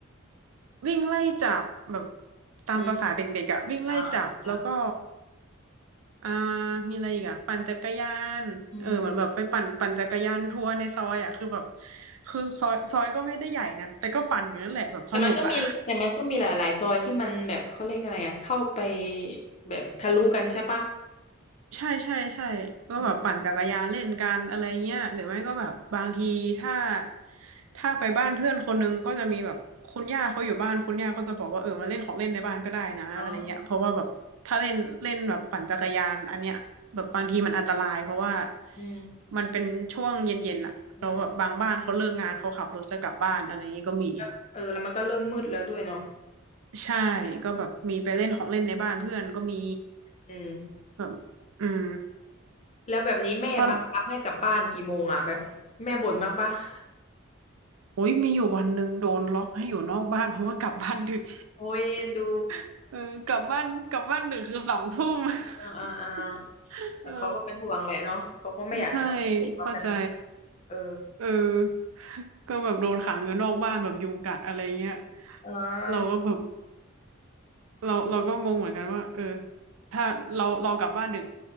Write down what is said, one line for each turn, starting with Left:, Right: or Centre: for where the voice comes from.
Right: วิ่งไล่จับแบบ
Left: ๆอืม
Right: ตามประสาเด็กๆอ่ะวิ่งไล่จับแล้วก็
Left: อ่าอ่าครับ
Right: อ่ามีอะไรอีกอ่ะปั่นจักรยานเออเหมือนแบบไปปั่นปั่นจักรยานทัวร์ในซอยอะคือแบบ
Left: อืม
Right: คือซอยซอยก็ไม่ได้ใหญ่นะแต่ก็ปั่นอยู่นั่นแหละแบบสนุกอะ
Left: แต่มันก็มีแต่มันก็มีหลายๆซอยที่มันแบบเขาเรียกอะไรอ่ะเข้าไปแบบทะลุกันใช่ปะ
Right: ใช่ใช่ใช่ก็แบบปั่นจักรยานเล่นกันอะไรเงี้ยหรือไม่ก็แบบบางทีถ้า
Left: อืม
Right: ถ้าไปบ้านเพื่อนคนนึงก็จะมีแบบคุณย่าเขาอยู่บ้านคุณย่าก็จะบอกว่าเออมาเล่นของเล่นในบ้านก็ได้นะอะไรเงี้ยเพราะว่าแบบถ้าเล่นเล่นแบบปั่นจักรยานอันเนี้ยแบบบางทีมันอันตรายเพราะว่า
Left: อ๋ออืม
Right: มันเป็นช่วงเย็นๆอะเราแล้วแบบบางบ้านเขาเลิกงานเขาขับรถจะกลับบ้านอะไรเงี้ยก็มี
Left: อืมแล้วเออแล้วมันก็เริ่มมืดแล้วด้วยเนาะ
Right: ใช่ก็แบบมีไปเล่นของเล่นในบ้านเพื่อนก็มี
Left: อืม
Right: แบบอืม
Left: แล้วแบบนี้แม่บังคับให้กลับบ้านกี่โมงอ่ะแบบแม่บ่นบ้างปะ
Right: ตอน
Left: <laughs>
Right: โอ้ยมีอยู่วันหนึ่งโดนล็อกให้อยู่นอกบ้านเพราะว่ากลับบ้านดึก
Left: โอ้ยเอ็นดู
Right: <laughs> เออกลับบ้านกลับบ้านดึกคือสองทุ่ม
Left: <laughs> อ่าอ่าอ่า
Right: <laughs>
Left: แต่เขาก็เป็นห่วงแหละเนาะเขาก็ไม่อยากให้กลับไปถูกกับเป็นเด็ก
Right: เออใช่เข้าใจ
Left: เออ
Right: เออก็แบบโดนขังอยู่นอกบ้านแบบยุงกัดอะไรเงี้ย
Left: อ่า
Right: เราก็แบบ เราเราก็งงเหมือนกันว่าเออถ้าเราเรากลับบ้านดึก